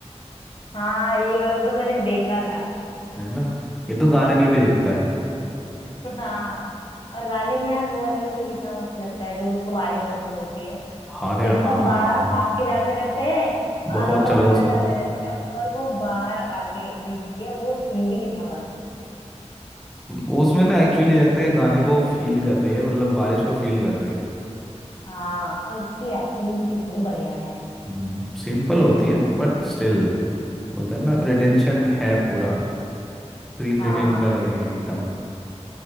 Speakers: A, on the left; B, in the centre.
A: हाँ ये वाला तो मैंने देखा था
B: है ना ये तो गाने में भी दिखता है
A: हाँ और गाने में यार वो वाला भी तो कितना मस्त लगता है जब उसको बारिश पसंद होती है
B: अरे
A: जब
B: हाँ
A: सब बाहर भाग के जाते रहते हैं अ,
B: बहुत
A: मतलब
B: चल
A: अंदर
B: रहा था सॉन्ग
A: जाते रहते हैं और वो बाहर आगे दिखती है वो सीन भी कितना बढ़िया
B: वो उसमें ना एक्चुअली लगता है कि गाने को फील कर रही है मतलब बारिश को फील कर रही है
A: हाँ और उसकी एक्टिंग भी कितनी बढ़िया है
B: हम्म, सिंपल होती है बट स्टिल बोलते हैं ना रिटेंशन है पूरा स्क्रीन
A: हाँ
B: रिटेन कर रहे हैं एकदम